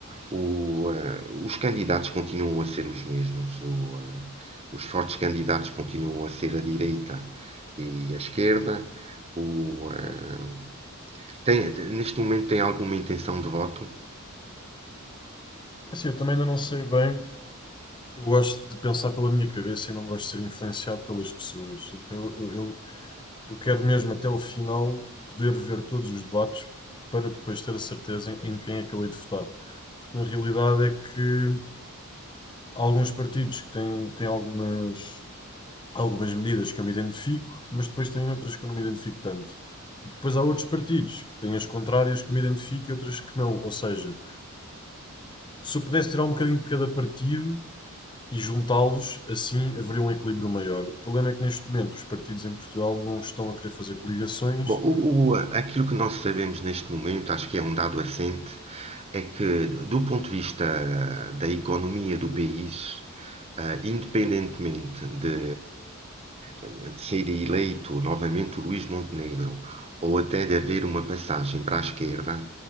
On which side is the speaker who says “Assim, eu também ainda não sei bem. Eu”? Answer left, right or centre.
Left